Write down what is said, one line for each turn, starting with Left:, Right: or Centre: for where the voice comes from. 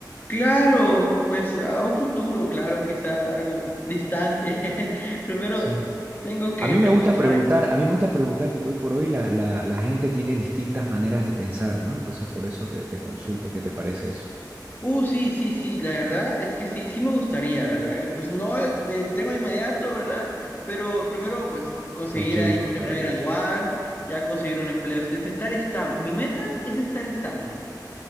Left: Claro, pues a un futuro, claro que sea algo distante. <laughs> Primero
Right: Sí.
Left: tengo que
Right: A mí
Left: terminar.
Right: me gusta preguntar, a mí me gusta preguntar porque hoy por hoy la, la, la gente tiene distintas maneras de pensar, ¿no? Entonces por eso te, te consulto, ¿qué te parece eso?
Left: Uh, sí, sí, sí, la verdad es que sí, sí me gustaría, ¿verdad? Eh, Pues no el, el tema inmediato, ¿verdad? Pero primero, pues conseguir
Right: Vos chico
Left: ahí terminar
Right: todavía.
Left: de graduar, ya conseguir un empleo, este- estar estable. Mi meta es estar estable.